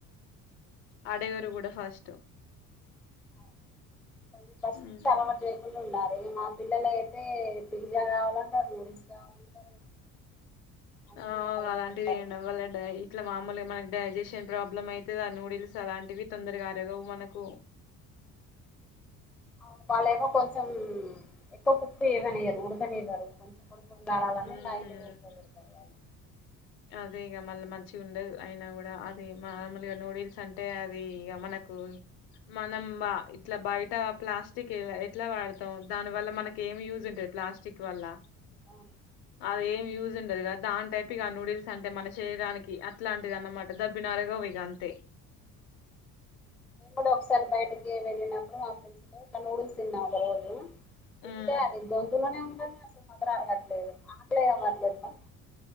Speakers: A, on the left; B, in the centre.
A: అడగరు గూడా ఫస్ట్
B: <unintelligible> ఫస్ట్
A: హ్మ్
B: నుంచి అలవాటు చేయకుండా ఉండాలి గ ఈ మా పిల్లలైతే పిజ్జా కావాలంటారు నూడిల్స్ కావాలంటారు అన్ని
A: ఆ
B: కావాలంటారు
A: అలాంటిది
B: వాళ్ళు
A: ఈయండం వళ్ళ డ ఇట్లా మామూలుగా మనకి డైజెషన్ ప్రాబ్లమ్ ఐతది ఆ నూడిల్స్ అలాంటివి తొందరగా అరగవు మనకు
B: అవును వాళ్ళేమో కొంచెం ఎక్కువ పప్పు ఏగనియ్యరు ఉడకనివ్వరు కొంచం ఉడుకుండాలలని
A: హ్మ్
B: లైటుగ ఉడకబెడతారు వాళ్ళు
A: అదే ఇగ మళ్ళ మంచిగుండదు అయినా గూడా అదీ మామూలుగా నూడిల్స్ అంటే అదీ ఇగ మనకు మనం బ ఇట్ల బయట ప్లాస్టిక్ ఇల్లె ఎట్లా వాడతాం దాని వల్ల మనకి ఏం యూజ్ ఉంటది ప్లాస్టిక్ వల్ల
B: అవును
A: అదేం యూస్ ఉన్ దదిగా దాన్ టైప్ ఇగ నూడుల్ స్ అంటే మన శరీరానికి అట్లాంటిది అన్నమాట దబ్బిన అరగవు ఇగ అంతే
B: నేను కూడా ఒకసారి బయటకి ఏ ఎళ్ళినప్పుడు మా ఫ్రెండ్స్ తో ఇలా నూడిల్స్ తిన్నా ఒక రోజు తింటే
A: ఉమ్.
B: అది గొంతులోనే ఉంటంది అసలు మధుర అగట్లేదు లయ మట్లేనవ్